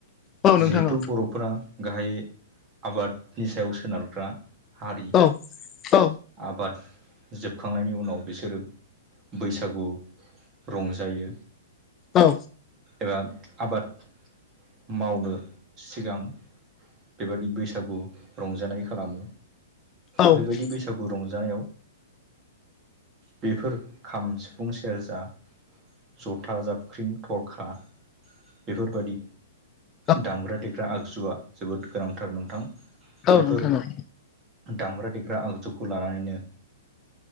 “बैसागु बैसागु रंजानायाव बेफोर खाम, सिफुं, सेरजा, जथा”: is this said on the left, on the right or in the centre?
Right